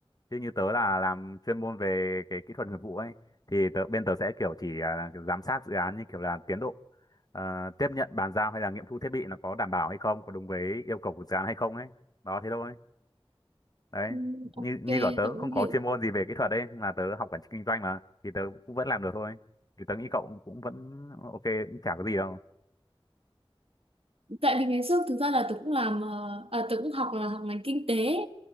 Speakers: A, on the left; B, on the right.
A: chứ như tớ là làm chuyên môn về cái kỹ thuật nghiệp vụ ấy thì tớ, bên tớ sẽ kiểu chỉ là kiểu giám sát dự án như kiểu là tiến độ ờ, tiếp nhận bàn giao hay là nghiệm thu thiết bị nó có đảm bảo hay không có đúng với yêu cầu của dự án hay không ấy đó thế thôi đấy
B: Ừ,
A: như
B: ok,
A: như cả tớ
B: tôi
A: cũng
B: cũng
A: không có
B: hiểu.
A: chuyên môn gì về kỹ thuật đấy mà tớ học quản trị kinh doanh mà thì tớ cũng vẫn làm được thôi thì tớ nghĩ cậu cũng vẫn ok cũng chả có gì đâu
B: tại vì ngày trước thực ra là tớ cũng làm ờ, à, tớ cũng học là học ngành kinh tế